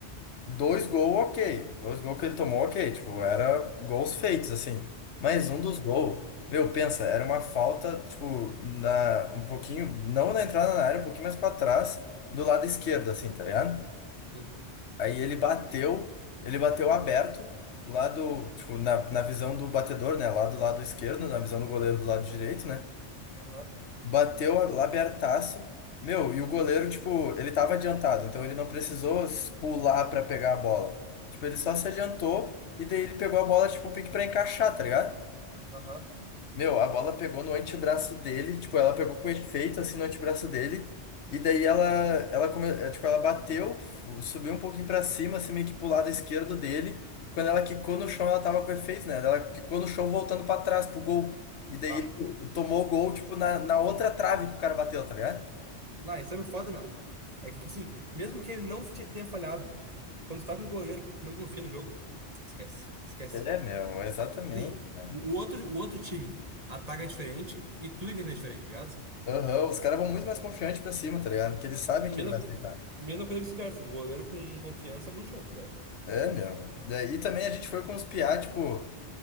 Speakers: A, on the left; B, on the right.
A: Dois gols, ok. Dois gols que ele tomou, ok. Tipo, era gols feitos, assim. Mas um
B: Sim.
A: dos gols, meu, pensa, era uma falta, tipo, na, um pouquinho, não na entrada na área, um pouquinho mais pra trás, do lado esquerdo, assim, tá ligado?
B: Sim.
A: Aí ele bateu, ele bateu aberto, lá do, tipo, na, na visão do batedor, né? Lá do lado esquerdo, na visão do goleiro do lado direito, né?
B: Aham,
A: Bateu lá abertaço. Meu, e o goleiro, tipo, ele tava adiantado, então ele não precisou s- pular pra pegar a bola. Tipo, ele só se adiantou e daí ele pegou a bola, tipo, pique pra encaixar, tá ligado?
B: aham.
A: Meu, a bola pegou no antebraço dele, tipo, ela pegou com efeito, assim, no antebraço dele, e daí ela, ela, come... eh, tipo, ela bateu, fu- subiu um pouquinho pra cima, assim, meio que pro lado esquerdo dele, quando ela quicou no chão, ela tava com efeito, né, ela quicou no chão voltando pra trás, pro gol, e daí
B: Ah,
A: tu- tomou o gol, tipo, na, na outra trave que o cara bateu, tá ligado?
B: Não, e sabe o foda, meu? É que, tipo assim, mesmo que ele não te- tenha falhado, quando tu tá com um goleiro que tu não confia no jogo, esquece. Esquece.
A: É, meu, exatamente,
B: Sim.
A: cara.
B: O, o outro, o outro time ataca diferente e tudo ainda é diferente, ligado?
A: Aham, os caras vão muito mais confiantes pra cima, tá ligado? Porque eles sabem
B: E
A: que
B: mesma,
A: ele vai aceitar.
B: mesma coisa vice-versa. Um goleiro com confiança muda o jogo, tá ligado?
A: É, meu. Daí também a gente foi com os piá, tipo,